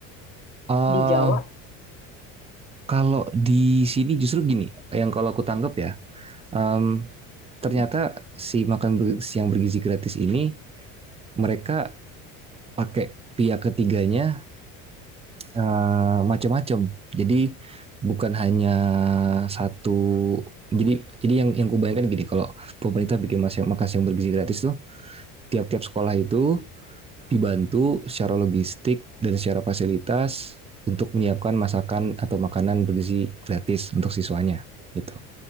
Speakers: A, on the right; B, on the left.
A: eh,
B: di Jawa.
A: kalau di sini justru gini, yang kalau aku tanggap ya, em, ternyata
B: Mm-mm,
A: si makan ber- siang bergizi gratis ini mereka pakai pihak ketiganya eh, macam-macam. Jadi bukan hanya satu. Jadi jadi yang yang kubayangkan gini, kalau pemerintah bikin makan makan siang bergizi gratis tuh, tiap-tiap sekolah itu dibantu secara logistik dan secara fasilitas untuk menyiapkan masakan atau makanan bergizi gratis untuk siswanya gitu.